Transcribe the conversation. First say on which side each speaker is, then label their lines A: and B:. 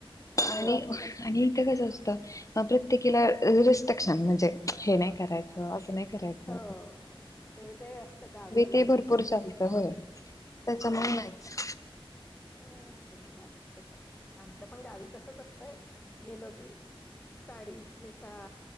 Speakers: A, on the left; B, on the left.
A: हो
B: आणि आणि इथं कसं असतं प्रत्येकीला रेस्ट्रिकशन म्हणजे हे नाय करायचं
A: हा
B: अस नाय करायचं.
A: हो ते ते असतं गावी गेलं
B: ते भरपूर
A: की तसच
B: चालतं
A: असत
B: होय. त्याच्यामुळे
A: बरोबर.
B: नाहीच.
A: अ ते नाय अस तस आमच्या पण गावी तसच असतंय. गेलो की साडीचं नेसा